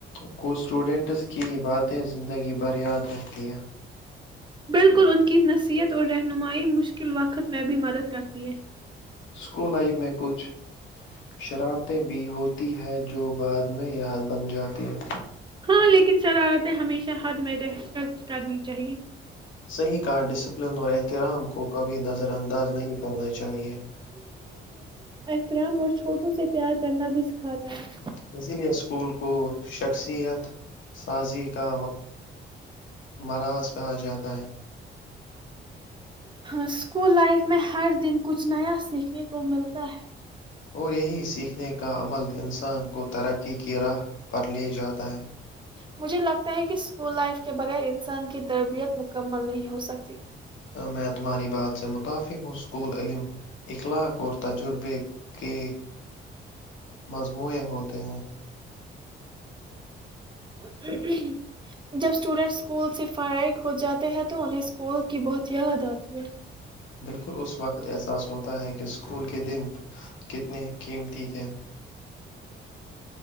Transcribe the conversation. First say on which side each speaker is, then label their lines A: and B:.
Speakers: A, on the left (about 75°); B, on the right (about 25°).
A: کچھ اسٹوڈنٹس کی باتیں زندگی بریاد رہتی ہے
B: بالکل ان کی نصیحت اور رہنمائی مشکل وقت میں بھی مدد کرتی ہے
A: اسکول لائف میں کچھ شراب بھی ہوتی ہے جو بعد میں یاد بن جاتی ہے
B: ہاں لیکن شرارت ہے ہمیشہ ھ حد میں ر کرنی چاہیے
A: صح کہا ڈسپلن ہو رہتے تلام کو کبھی نظر انداز نہیں کرنا چاہیے
B: احترم اور چھوٹوں سے پیار کرنا بھی سکھاتا ہےوں
A: اسی لیئے اسکول کو شخصیت سازی کا مراض کہا جاتا ہے
B: اسکول لائف میں ہر دن کچھ نیا سیکھنے کو ملتا ہے
A: اور یہی سیکھنے کا عمل انسان کو ترقی کی راہ پر لے جاتا ہے
B: مجھے لگتا ہے کہ اسکول لائف کے بغیر انسان کی تربیت مکمل نہیں ہو سکتی
A: میں تمہاری بات سے متفق ہوں اسکول علم اخلاق اور تجربے کے مجموع ہوتے ہیں
B: جب اسٹوڈینٹ اسکول سے فرائغ ہو جاتے ہیں تو انہیں اسکول کی بہت یاد آتی ہے
A: بالکل اس وقت احساس ہوتا ہے کہ اسکول کے دن کتنے قیمتی تھے